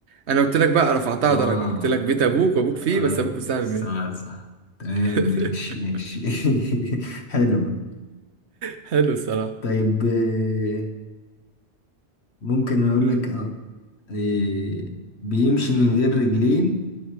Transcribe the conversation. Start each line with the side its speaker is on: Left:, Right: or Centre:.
Right: انا قلت لك بقى رفعتها
Left: آه
Right: درجة قلت لك بيت ابوك وابوك فيه
Left: آه
Right: بس ابوك مش صاحب
Left: صح
Right: مين
Left: صح تمام
Right: <laughs>
Left: ماشي ماشي <laughs> حلو
Right: حلو الصراحة
Left: طيب آه، ممكن أقول
Right: امم
Left: لك آه آه، بيمشي من غير رجلين